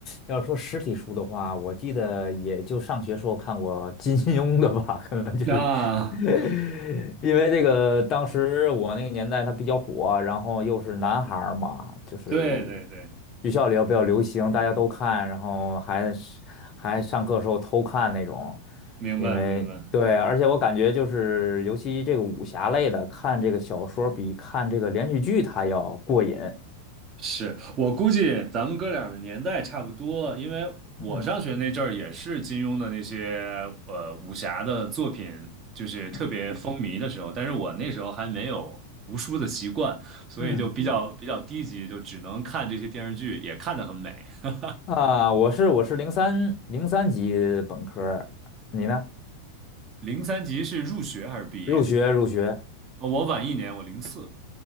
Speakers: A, on the left; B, on the right.
A: 要说实体书的话，我记得也就上学时候看过金庸的吧，可能就是
B: 那
A: <laughs> 因为这个当时我那个年代它比较火，然后又是男孩儿嘛，就是
B: 对对对，
A: 学校里要比较流行，大家都看，然后还是还上课时候偷看那种，
B: 明白明白。
A: 因为对，而且我感觉就是尤其这个武侠类的，看这个小说比看这个连续剧它要过瘾。
B: 是我估计咱们哥俩的年代差不多，因为我上学那阵儿也是金庸的那些呃武侠的作品，
A: 嗯。
B: 就是特别风靡的时候，
A: 嗯
B: 但是我那时候还没有读书的习惯，所以就比较比较低级，
A: 嗯
B: 就只能看这些电视剧，也看得很美。<laughs>
A: 啊，我是我是零三零三级本科儿你呢？
B: 零三级是入学还是毕业？
A: 入学入学
B: 哦我晚一年，我零四，